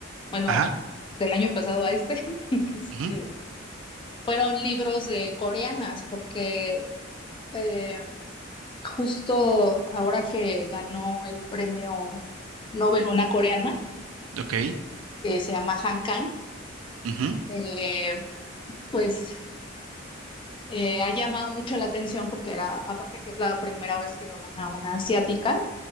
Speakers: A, on the left; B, on the right.
A: bueno,
B: Ajá.
A: del año pasado a este, <laughs> este,
B: ujú,
A: fueron libros de coreanas, porque eh, justo ahora que ganó el premio Nobel una coreana,
B: Ok.
A: que se llama Han Kang,
B: ujú,
A: eh, pues eh, ha llamado mucho la atención porque era, aparte que es la primera vez que lo gana una asiática,